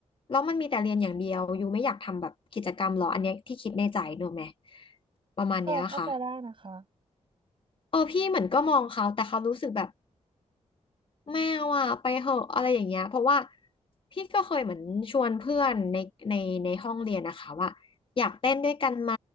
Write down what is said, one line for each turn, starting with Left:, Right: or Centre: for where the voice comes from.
Left: แล้วมันมีแต่เรียนอย่างเดียวอยู่ไม่อยากทำแบบกิจกรรมหรออันเนี้ยที่คิดในใจหนูไหมประมาณเนี้ยค่ะ
Right: เออเข้าใจได้นะคะ
Left: เออพี่เหมือนก็มองเขาแต่เขารู้สึกแบบ แมวอ่ะไปเหอะอะไรอย่างเงี้ยเพราะว่าพี่ก็เคยเหมือนชวนเพื่อนในในในห้องเรียนนะคะว่าอยากเต้นด้วยกันไหม